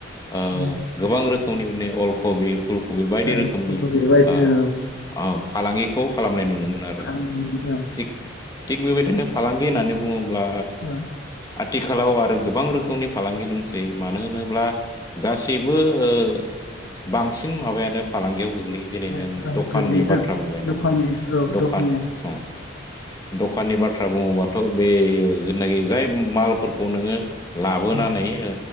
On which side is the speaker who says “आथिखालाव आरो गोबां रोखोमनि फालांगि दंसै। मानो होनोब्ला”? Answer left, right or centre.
Left